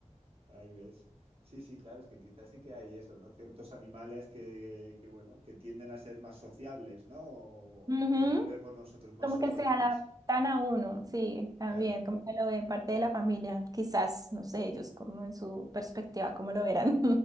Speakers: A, on the right; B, on the right.
A: Ahí ves. Sí, sí, claro, es que quizás sí que hay eso, ¿no? Ciertos animales que, que, bueno, que tienden a ser más sociables, ¿no? O,
B: Ujú.
A: o los vemos nosotros más
B: Como
A: sociables.
B: que se adaptan a uno, sí, también,
A: Claro.
B: como que lo ven parte de la familia, quizás, no sé, ellos como en su perspectiva, cómo lo verán.